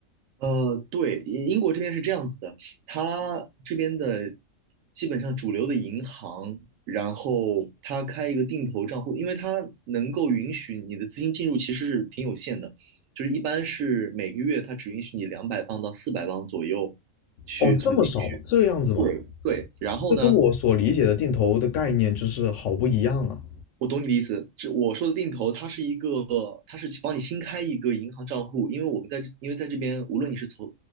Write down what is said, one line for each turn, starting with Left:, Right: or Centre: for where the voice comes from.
Right: 呃，对，英英国这边是这样子的，它这边的基本上主流的银行，然后它开一个定投账户，因为它能够允许你的资金进入其实是挺有限的，就是一般是每个月它只允许你两百磅到四百磅左右去存进去。
Left: 哦，这么少吗？这样子吗？
Right: 对对，然后呢，
Left: 这跟我所理解的定投的概念就是好不一样啊。
Right: 我懂你的意思，这我说的定投，它是一个，它是帮你新开一个银行账户，因为我们在，因为在这边，无论你是存，